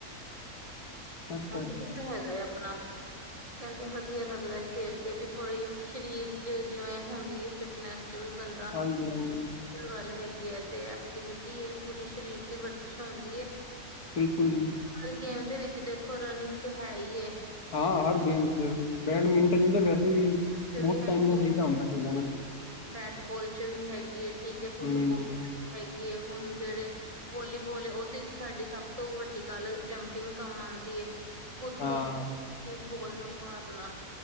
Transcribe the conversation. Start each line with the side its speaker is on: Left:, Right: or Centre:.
Left: ਅੱਛਾ
Right: ਉਹ
Left: ਅੱਛਾ
Right: ਕਧਖ ਹੈਗਾ ਆਪਣਾ ਕਹਿੰਦੇ ਵਧੀਆ ਲੱਗਦਾ ਖੇਲ ਕੇ ਵੀ ਥੋੜ੍ਹੀ ਸਰੀਰ ਚ ਜਿਵੇਂ ਹੁੰਦੀ ਫਿਟਨੈਸ ਚ ਵੀ ਬੰਦਾ
Left: ਹਾਂਜੀ ਹਾਂਜੀ
Right: ਗੱਲ ਹੈਗੀ ਹੈ ਤੇ ਐਕਟੀਵਿਟੀ ਹੈ ਪੂਰੀ ਸਰੀਰ ਦੀ ਵਰ ਹੋਂਦੀ
Left: ਬਿਲਕੁਲ ਜੀ
Right: ਪਰ ਗੇਮ ਦੇ ਵਿੱਚ ਦੇਖੋ ਰਨਿੰਗ ਤੇ ਹੈ ਹੀ
Left: ਹਾਂ ਹਰ ਗੇਮ ਚ ਬੈਡਮਿੰਟਨ ਤਾਂ ਵੈਸੇ ਵੀ
Right: ਚ
Left: ਬਹੁਤ
Right: ਵੀ ਹੈਗੀ
Left: ਟਾਈਮ ਦਾ ਚਾਹੀਦਾ ਹੁੰਦਾ ਖੇਲਨਾ।
Right: ਬੈਟਬੋਲ ਚ ਵੀ ਹੈਗੀਏ, ਠੀਕ ਹੈ ਫੁੱਟਬੋਾਲ
Left: ਹੂੰ
Right: ਹੈਗੀਏ, ਹੁਣ ਜਿਹੜੇ ਵੋਲੀਬੋਲ ਉਹਦੇ ਚ ਸਾਡੀ ਸਭ ਤੋਂ ਵੱਡੀ ਗੱਲ ਜੰਪਿੰਗ ਕਾ‌ਮ ਦੀ ਹੇ। ਕੌਦ
Left: ਹਾਂ
Right: -ਕੌਦ ਕੇ ਬੋਲ ਨੂੰ ਮਾਰਨਾ।